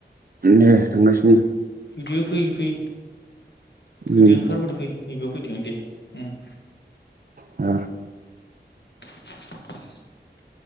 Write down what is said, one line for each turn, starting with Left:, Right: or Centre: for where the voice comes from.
Right: दे थांगासिनो
Left: फैदो फै फै फैदो
Right: उम
Left: ओंखारबोदो फै नैबेयाव फैदो दे उम
Right: आ
Left: <inaudible>